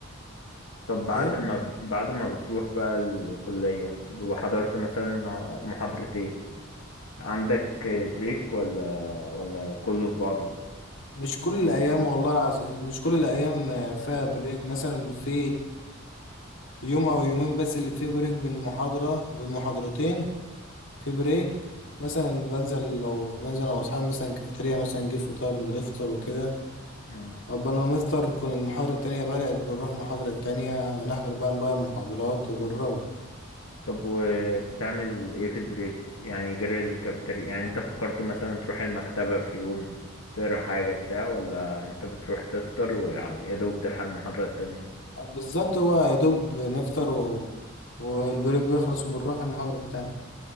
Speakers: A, on the left; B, on the left.
A: طب بعد
B: إيه
A: ما بعد ما بتروح بقى الكلية وحضرت مثلا محاضرتين عندك بريك ولا ولا كله في بعضه
B: مش كل الأيام والله العظيم مش كل الأيام آه، فيها بريك مثلا في يوم أو يومين بس اللي فيه بريك بين محاضرة بين محاضرتين في بريك مثلا بنزل لو بنزل أنا وأصحابي مثلا كافيتيريا مثلا نجيب فطار بنفطر وكده
A: مم.
B: قبل ما نفطر تكون المحاضرة التانية بدأت بنروح المحاضرة التانية نحضر بقى بقى المحاضرات وبنروح
A: طب وبتعمل ايه في البريك يعني جري الكافيتيريا يعني انت فكرت مثلا تروح المكتبة في يوم تقرا حاجة بتاع ولا انت بتروح تفطر ويا دوب تلحق المحاضرة التانية
B: بالظبط هو يا دوب نفطر و... والبريك بيخلص وبنروح المحاضرة التانية